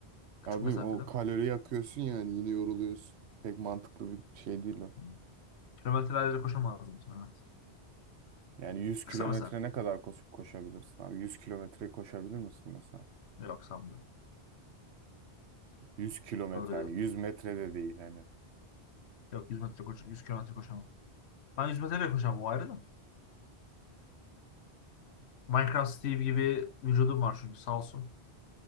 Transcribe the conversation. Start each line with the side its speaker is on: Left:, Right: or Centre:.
Left: Küçük
Right: Abi
Left: mesafede.
Right: o kalori yakıyorsun yani yine yoruluyorsun. Pek mantıklı bir şey değil o.
Left: Hmm. Kilometrelerce koşamazdım sonra.
Right: Yani 100 kilometre
Left: Kısa mesafe.
Right: ne kadar koşup koşabilirsin abi? 100 kilometre koşabilir misin mesela?
Left: Yok sanmıyorum.
Right: 100 kilometre
Left: Doğru
Right: hani 100 metre de değil hani.
Left: Yok 100 metre koş 100 kilometre koşamam. Ben 100 metre de koşamam o ayrı da. Minecraft Steve gibi vücudum var çünkü sağ olsun.